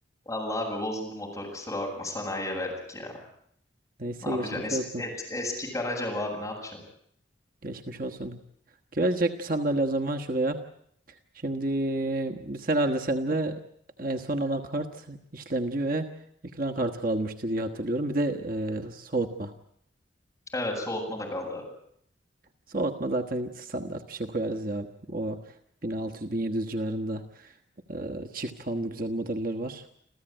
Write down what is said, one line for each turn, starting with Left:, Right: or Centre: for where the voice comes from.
Left: Vallahi abi bozuldu motor kusura bakma sanayiye verdik ya.
Right: Neyse
Left: Ne yapacaksın?
Right: geçmiş
Left: Eski,
Right: olsun.
Left: eski, eski Karacaba abi ne yapacaksın?
Right: Geçmiş olsun. Gelecek bir sandalye o zaman şuraya. Şimdi biz herhalde sende en son anakart, işlemci ve ekran kartı kalmıştı diye hatırlıyorum. Bir de e, soğutma.
Left: Evet soğutma da kaldı abi.
Right: Soğutma zaten standart bir şey koyarız ya. O bin bin altı yüz bin yedi yüz civarında e, çift fanlı güzel modeller var.